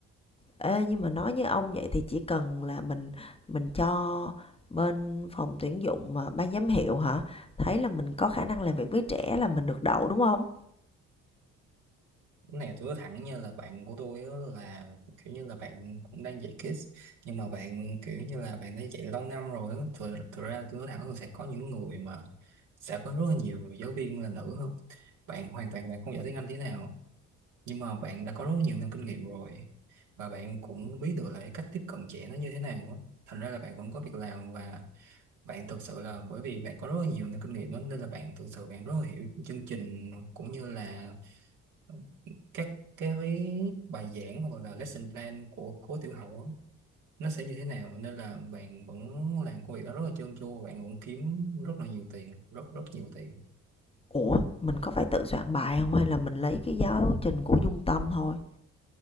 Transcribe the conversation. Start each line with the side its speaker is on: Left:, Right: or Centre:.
Left: Ê, nhưng mà nói như ông vậy thì chỉ cần là mình mình cho bên phòng tuyển dụng mà ban giám hiệu hả? Thấy là mình có khả năng làm việc với trẻ là mình được đậu đúng không?
Right: cái này tôi nói thẳng như là bạn của tôi á, là kiểu như là bạn cũng đang dạy kids nhưng mà bạn kiểu như là bạn đã dạy lâu năm rồi á. thực, thực ra tôi nói thẳng là sẽ có những người mà sẽ có rất là nhiều giáo viên là nữ hơn bạn hoàn toàn bạn không giỏi tiếng Anh thế nào nhưng mà bạn đã có rất nhiều năm kinh nghiệm rồi và bạn cũng biết được là cái cách tiếp cận trẻ nó như thế nào á. thành ra là bạn vẫn có việc làm và bạn thực sự là bởi vì bạn có rất là nhiều năm kinh nghiệm đó, nên là bạn thực sự bạn rất là hiểu chương trình cũng như là ờ, các cái bài giảng hoặc là lesson plan của khối tiểu học á, nó sẽ như thế nào nên là bạn vẫn làm công việc đó rất là trơn tru bạn vẫn kiếm rất là nhiều tiền rất rất nhiều tiền
Left: Ủa, mình có phải tự soạn bài không hay là mình lấy cái giáo trình của Dung Tâm thôi?